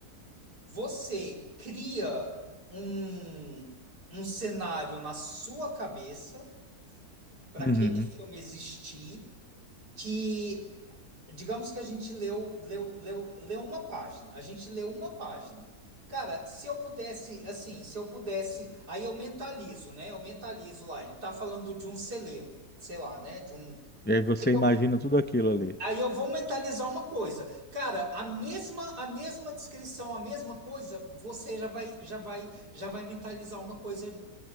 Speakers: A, on the right (about 80°); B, on the left (about 15°).
A: você cria um, um cenário na sua cabeça para
B: Uhum.
A: aquele filme existir, que Digamos que a gente leu, leu, leu, leu uma página. A gente leu uma página. Cara, se eu pudesse, assim, se eu pudesse, aí eu mentalizo, né? Eu mentalizo lá. Ele tá falando de um celeiro, sei lá, né? De um.
B: E aí você
A: Eu-
B: imagina tudo aquilo ali.
A: Aí eu vou mentalizar uma coisa. Cara, a mesma a mesma descrição, a mesma coisa, você já vai já vai já vai mentalizar uma coisa